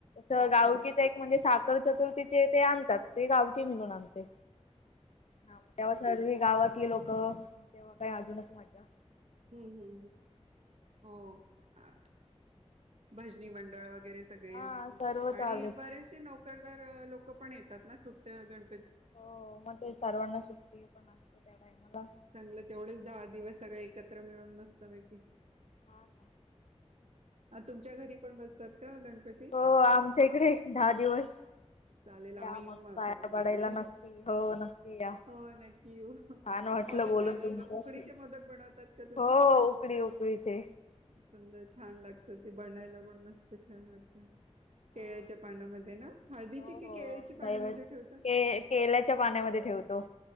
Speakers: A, on the left; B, on the right.
A: त
B: अच्छा
A: गाव क तर एक म्हणजे साखर चतुर्थीचे ते आणतात ते गावकी मिणून आणते हा मग तेव्हा सर्वी गावातली लोकं मग तेव्हा काही अजूनच माझ्या
B: हम्म हम्म हम् हो भजनी मंडळ वगैरे सगळे
A: हा सर्व
B: आणि
A: चालूच
B: बरेचसे नोकरदार लोक पण आहेत तात ना सुट्ट्या गण
A: हो मग ते सर्वांना सुट्टी पण असते त्या टायमाला
B: चांगलं तेवढेच दहा दिवस सगळळे एकत्र मिळून मस्तपैकी
A: हा हा
B: अ तुमच्या घरी पण बसतात का गणपती
A: हो आमच्या
B: बाप
A: इकडे दहा दिवस
B: चालेल
A: या
B: आम्ही येऊ
A: मग
B: म आता
A: पाया
B: तुमच्याकडे
A: पडायला नक्की हो नक्की या
B: हो नक्की येऊ
A: छान वाटलं
B: मोदक
A: बोलून
B: खायला
A: तुमच्याशी
B: आलो उकडीचे मोदक बनवतात का तुम्ही
A: हो उकडी उकडीचे
B: सुंदर छान लागतं ते बनायला पण मस्त छान वाटतात
A: हा
B: केळ्याच्या पाण्यामध्ये ना हळदीची
A: हो
B: कि
A: हो
B: केळ्याची
A: नैवेद
B: पाण्यामध्ये ठेवतात
A: के केल्याच्या पाण्यामध्ये ठेवतो